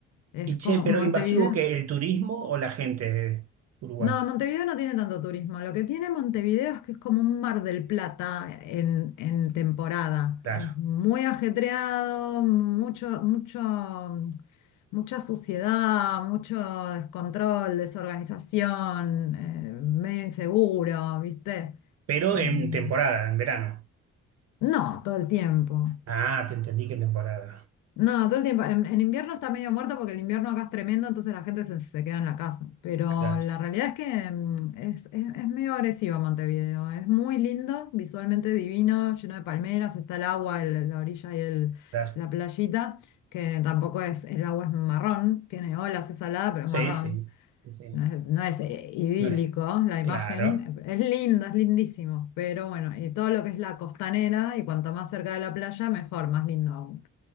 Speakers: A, on the left; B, on the right.
A: Es
B: Y
A: como
B: che, pero
A: Montevideo.
B: invasivo que el turismo o la gente uruguaya.
A: No, Montevideo no tiene tanto turismo. Lo que tiene Montevideo es que es como un Mar del Plata en, en temporada.
B: Claro.
A: Es muy ajetreado, mucho, mucho, mucha suciedad, mucho descontrol, desorganización, eh, medio inseguro, ¿viste?
B: Pero
A: Eh,
B: en temporada, en verano.
A: no, todo el tiempo.
B: Ah, te entendí que en temporada.
A: No, todo el tiempo. En, en invierno está medio muerto porque el invierno acá es tremendo, entonces la gente se, se queda en la casa. Pero
B: Claro,
A: la realidad es que mm, es, es, es medio agresivo Montevideo. Es muy lindo, visualmente divino, lleno de palmeras, está el agua, el- la orilla y el,
B: claro.
A: la playita, que tampoco es, el agua es marrón, tiene olas, es salada, pero
B: Sí,
A: es marrón.
B: sí, sí, sí.
A: No es, no es, eh, idílico
B: No es.
A: la imagen,
B: Claro.
A: es linda, es lindísimo, pero bueno, y todo lo que es la costanera y cuanto más cerca de la playa, mejor, más lindo aún